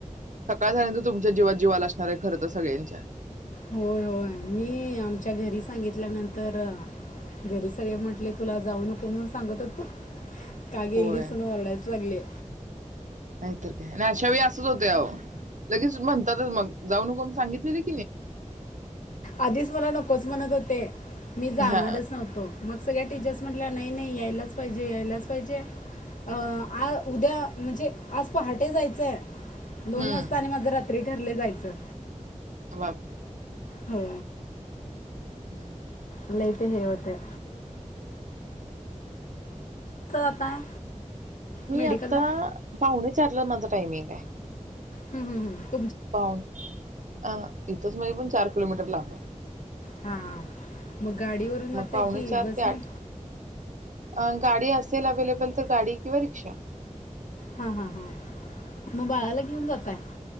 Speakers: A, on the right; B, on the left.
A: सकाळ झाल्यावर तुमच्या जिवात जीव आला असेल. खर तर सगळ्यांच्या
B: होय होय मी आमच्या घरी सांगितल्यानंतर, घरी सगळे म्हटले तुला जाऊ नको म्हणून सांगत होतो. का गेली
A: होय
B: म्हणून ओरडायला लागले.
A: नाहीतर काय आणि अशा वेळी असंच होते अहो लगेच म्हणतातच मग जाऊ नक सांगितलेली.
B: आधीच मला न नको म्हणत होते. मी जाणारच
A: हा
B: नव्हतो. मग सगळ्या टीचर्स म्हटल्या नाही नाही यायलाच पाहिजे यायलाच पाहिजे आ उद्या म्हणजे आज पहाटे जायचंय दोन
A: हम्म
B: वाजता आणि माझ रात ठरले जायचं.
A: बापरे.
B: हो.
A: हम्म हम्म.
B: लई ते हे होतय. जाताय
A: मी
B: मेडिकलला
A: आता पाहुणे चारला माझं टायमिंग आहे.
B: हम्म हम्म.
A: पाहणे अ इथंच म्हणजे पण चार किलोमीटर ला बा.
B: हा. मग गाडीवरून जातय
A: मग पावणे
B: की
A: चार
B: बस
A: ते आठ
B: नी?
A: अ गाडी असेल अवे्लेबल तर गाडी किंवा रिक्षा.
B: हा हा हा. मग बाळाला घेऊन जातय.